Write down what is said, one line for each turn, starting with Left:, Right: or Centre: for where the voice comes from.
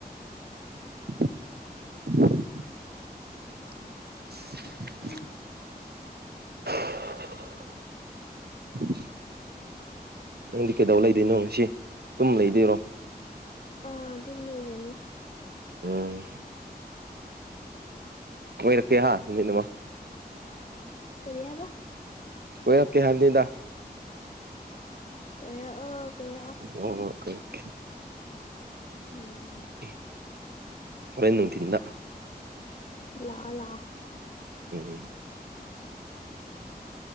Right: ꯎ <inaudible> <inaudible>
Left: ꯑꯥ
Right: <inaudible> ꯅꯪꯗꯤ ꯀꯩꯗꯧ ꯂꯩꯗꯣꯏꯅꯣ ꯉꯁꯤ ꯇꯨꯝ ꯂꯩꯗꯣꯏꯔꯣ?
Left: ꯑꯥ ꯇꯨꯝ ꯂꯩꯒꯅꯤ꯫
Right: ꯎꯝ꯫ ꯀꯣꯏꯔꯛꯀꯦ ꯍꯥ ꯅꯨꯃꯤꯠ ꯑꯃ꯫
Left: ꯀꯔꯤ ꯍꯥꯏꯕ꯫
Right: ꯀꯣꯏꯔꯛꯀꯦ ꯍꯥꯏꯕꯅꯤꯗ꯫
Left: ꯀꯣꯢꯔꯛꯑꯣ ꯀꯣꯢꯔꯛꯑꯣ꯫
Right: ꯍꯣꯢ ꯍꯣꯢ ꯀꯣꯢꯔꯛꯀꯦ꯫
Left: ꯅꯨꯉꯥꯏꯔꯝꯅꯤ꯫
Right: ꯎꯝ ꯍꯣꯔꯦꯟ ꯅꯨꯡꯊꯤꯟꯗ꯫
Left: ꯂꯥꯛꯑꯣ ꯂꯥꯛꯑꯣ꯫
Right: ꯎꯝ